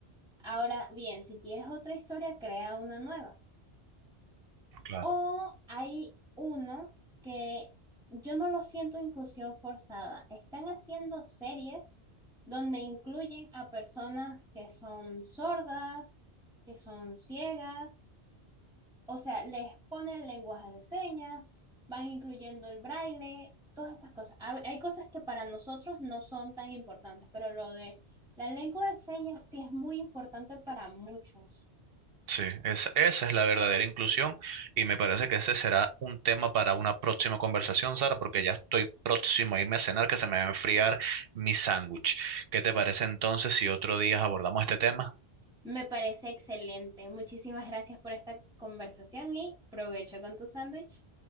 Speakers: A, in the centre; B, on the right.
A: Ahora bien, si quieres otra historia, crea una nueva.
B: claro
A: O hay uno que yo no lo siento inclusión forzada. Están haciendo series donde incluyen a personas que son sordas, que son ciegas o sea, les ponen lenguaje de señas, van incluyendo el braille, todas estas cosas. Hab- Hay cosas que para nosotros no son tan importantes, pero lo de la lengua de señas sí es muy importante para muchos.
B: Sí, es- esa es la verdadera inclusión y me parece que ese será un tema para una próxima conversación, Sara, porque ya estoy próximo a irme a cenar que se me va a enfriar mi sándwich. ¿Qué te parece entonces si otro día abordamos este tema?
A: Me parece excelente. Muchísimas gracias por esta conversación y provecho con tu sándwich.